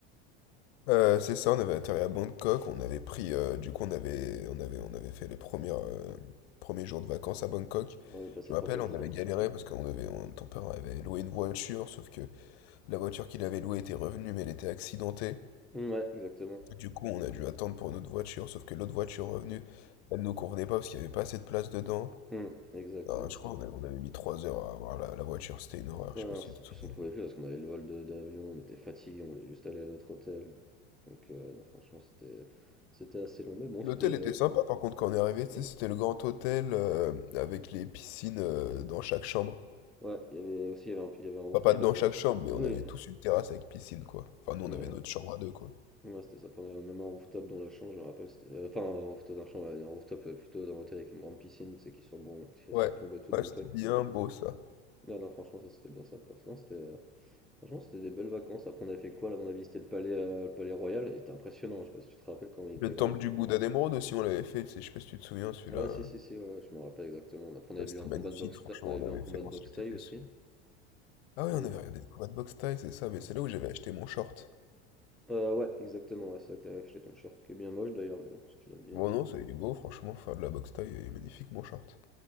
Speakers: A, on the left; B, in the centre.
A: Euh, c'est ça, on avait atterri à Bangkok, on avait pris, euh, du coup on avait, on avait, on avait fait les premières, euh, premiers jours de vacances à Bangkok.
B: Ouais, on est passé
A: Je me
B: trois
A: rappelle,
B: quatre
A: on
B: jours
A: avait
B: là-bas.
A: galéré parce qu'on avait, on- ton père avait loué une voiture, sauf que la voiture qu'il avait louée était revenue, mais elle était accidentée.
B: Mm, Ouais, exactement.
A: Du coup, on a dû attendre pour une autre voiture, sauf que l'autre voiture revenue, elle nous convenait pas parce qu'il y avait pas assez de place dedans.
B: Mm, exact,
A: Non,
B: ouais, non,
A: je
B: c'était...
A: crois
B: bon.
A: qu'on avait, on avait mis trois heures à avoir la, la voiture, c'était une horreur,
B: ouais,
A: je sais
B: non,
A: pas si
B: c'est-
A: tu te
B: en plus,
A: souviens.
B: on pouvait plus parce qu'on avait le vol de- d'avion, on était fatigué, on voulait juste aller à notre hôtel. Donc, euh, non, franchement, c'était c'était assez long, mais bon,
A: L'hôtel
B: c'était.
A: était
B: euh,
A: sympa par contre quand on est arrivé, tu
B: ouais,
A: sais, c'était le grand hôtel euh, avec les piscines euh, dans chaque chambre.
B: Ouais, il y avait aussi il y avait un, il y avait un rooftop
A: Enfin pas dans
B: avec.
A: chaque chambre, mais
B: Oui,
A: on avait tous une terrasse avec piscine quoi. Enfin nous
B: ouais,
A: on avait notre chambre à deux quoi.
B: ouais, c'était ça. On avait même un rooftop dans la chambre, je me rappelle. c'était- euh, Enfin, un rooftop dans la chambre, un rooftop euh, plutôt dans l'hôtel avec une grande piscine, c'est qui surplombe, qui
A: Ouais,
B: surplombe tout
A: ouais
B: Bangkok.
A: c'était bien beau ça.
B: Non, non, franchement, ça c'était bien sympa. Non, c'était. euh, Franchement, c'était des belles vacances. Après, on avait fait quoi là? On a visité le palais, euh, le palais royal. Il était impressionnant. Je sais pas si tu te rappelles quand il était
A: Le
B: grand.
A: temple du Bouddha d'émeraude aussi on l'avait fait, tu sais, je sais pas si tu te souviens celui-là.
B: Ouais,
A: euh,
B: si, si, si, ouais, ouais, je me rappelle exactement. Après, on avait
A: Ça
B: vu
A: c'était
B: un
A: magnifique
B: combat de boxe,
A: franchement,
B: tha- on avait
A: on
B: vu
A: avait
B: un combat
A: fait, on
B: de boxe
A: se l'était
B: thaï
A: fait.
B: aussi.
A: ce- Ah oui
B: On
A: on
B: avait
A: avait
B: vu.
A: regardé des combats de boxe thaï, c'est ça, mais
B: Ouais,
A: c'est là où j'avais acheté mon short.
B: Euh, ouais, exactement. Ouais, c'est ça que t'avais acheté ton shirt, qui est bien moche d'ailleurs, mais bon, si tu l'aimes bien.
A: Bon
B: hein.
A: non, ça il est beau franchement, faire de la boxe thaï il est magnifique mon short.